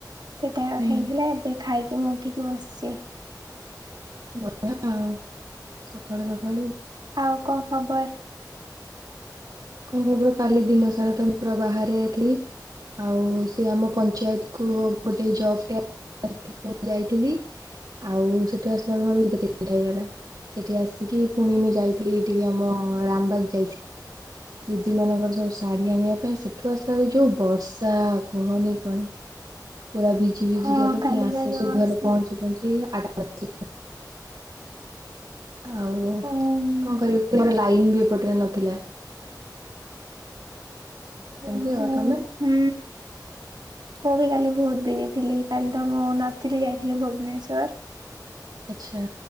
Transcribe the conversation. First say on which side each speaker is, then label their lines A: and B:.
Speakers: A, on the right (about 80°); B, on the right (about 65°).
A: ସେଇଟା
B: ହୁଁ
A: ହେଇଥିଲା ଏବେ ଖାଇକି ମୁଁ। ଠିକି ବସଛି।
B: ବଢିଆ ଆଉ ସକାଳୁ ସକାଳୁ।
A: ଆଉ କଣ ଖବର।
B: କଣ ଖବର କାଲି ଦିନ ସାରା ତ ମୁଁ ପୁରା ବାହାରେଥିଲି ଆଉ ସେ ଆମ ପଞ୍ଚାୟତକୁୁ ଗୋଟେ ଜବ ଟେ <inaudible> ଯାଇଥିଲି ଆଉ ସେଠୁ ଆସିଲା ବେଳେ ମୋତେ ଦି ଟା ତିନିଟା ହେଇଗଲା ସେଠି ଆସିକି। ପୁଣି ମୁଁ ଯାଇଥିଲି ଟିକେ ଆମ। ରାମବାଗ ଯାଇଥି ଦିଦି ମାନଙ୍କର ସବୁ ଶାଢ଼ୀ ଆଣିବା ପାଇଁ ସେଠୁ ଆସିଲା ବେଳେ ଯୋଉ ବର୍ଷା କୁହନି କୁହନି। ପୁରା ଭିଜି ଭିଜି
A: ହଁ
B: ଗଲୁ
A: କାଲି
B: ପୁଣି ଆସୁ
A: ରାଜ
B: ଆସୁ
A: ବର୍ଷା
B: ଘରେ ପହଞ୍ଚି ପହଞ୍ଚି। ଆଠ ଟା ବାଜିଛି। ଆଉ
A: ଓହୋ
B: କଣ କରିବି <inaudible> ର ଲାଇ ଆଇନ ବି ଏପଟରେ ନଥିଲା।
A: ଓହୋ
B: ଏମିତି ଆଉ ତମେ?
A: ହୁଁ ମୁଁ ବି କାଲି। ବହୁତ ବିଜିଥିଲି କାଲି ତ ମୁଁ ନଥିଲି ଯାଇଥିଲି ଭୁବନେଶ୍ଵର।
B: ଆଚ୍ଛା